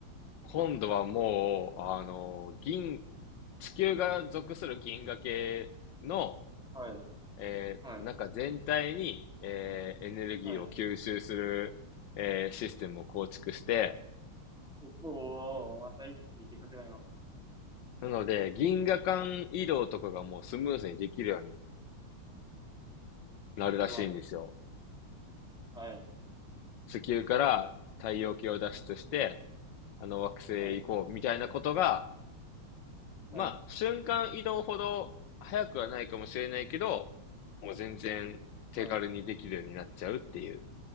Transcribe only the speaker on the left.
今度はもう、あの、銀、地球が属する銀河系の、
えーなんか全体に、
えーエネルギーを吸収する、
えーシステムを構築して、
なので、銀河間移動とかがもうスムーズにできるようになるらしいんですよ。
地球から太陽系を脱出して、あの惑星へ行こうみたいなことが、
まあ、
瞬間移動ほど早くはないかもしれないけど、もう全然手軽にできるようになっちゃうっていう